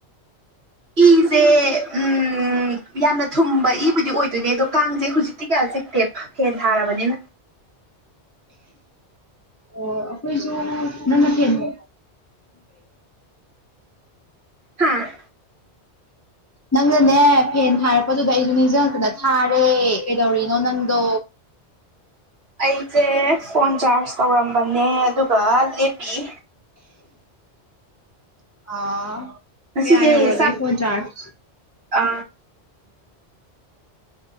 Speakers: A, on the right; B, on the left.
A: ꯏꯖꯦ ꯎꯝ ꯌꯥꯝꯅ ꯊꯨꯝꯕ ꯏꯕꯨꯗꯤ ꯑꯣꯏꯗꯣꯏꯅꯦ ꯑꯗꯣ ꯀꯥꯡꯁꯦ ꯍꯧꯖꯤꯛꯇꯤ ꯀꯌꯥ ꯆꯤꯛꯇꯦ ꯐꯦꯟ ꯊꯥꯔꯕꯅꯤꯅ
B: ꯑꯣ ꯑꯩꯈꯣꯏꯖꯨ ꯅꯪꯅ ꯊꯦꯝꯃꯨ
A: ꯍꯥꯥ
B: ꯅꯪꯅꯅꯦ ꯐꯦꯟ ꯍꯥꯏꯔꯛꯄꯗꯨꯗ ꯑꯩꯖꯨ ꯅꯤꯡꯁꯤꯡꯉꯛꯇꯅ ꯊꯥꯔꯦ ꯀꯩꯗꯧꯔꯤꯅꯣ ꯅꯪꯗꯣ
A: ꯑꯩꯖꯦ ꯐꯣꯟ ꯆꯥꯔꯖ ꯇꯧꯔꯝꯕꯅꯦ ꯑꯗꯨꯒ ꯂꯦꯞꯄꯤ
B: ꯑꯥ
A: ꯉꯁꯤꯖꯦ
B: ꯀꯌꯥ ꯌꯧꯔꯒꯦ
A: ꯆꯥꯛ
B: ꯐꯣꯟ ꯆꯥꯔꯖ
A: ꯑ